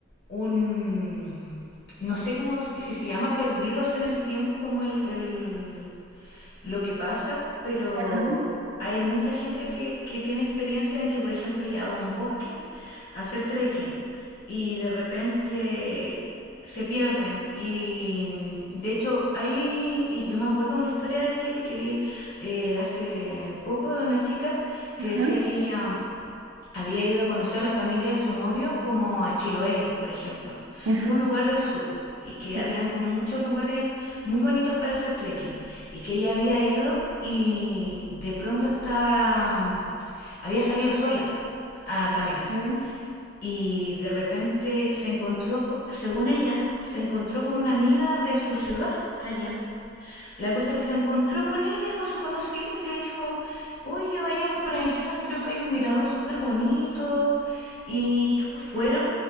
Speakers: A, on the left; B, on the right.
A: un no sé cómo si se llama perdidos en el tiempo como el, el lo que pasa, pero
B: Ajá,
A: hay mucha gente que, que tiene experiencia en que, por ejemplo, ya va a un bosque a hacer trekking y de repente se pierden y mm, de hecho hay y yo me acuerdo de una historia de Chile que vi eh, hace poco de una chica que
B: ajá,
A: decía que ella había ido a conocer a la familia de su novio como a Chiloé, por ejemplo.
B: ajá.
A: Era un lugar del sur y que
B: ok.
A: habían como muchos lugares muy bonitos para hacer trekking y que ella había ido y de pronto estaba mm, había salido sola a caminar
B: güey.
A: y de repente se encontró, según ella, se encontró con una amiga de su ciudad allá
B: Ajá,
A: la cosa es que se encontró con ella, con su conocida, y le dijo, oye, vayamos por allá, creo que hay un mirador súper bonito. Y ya pues fueron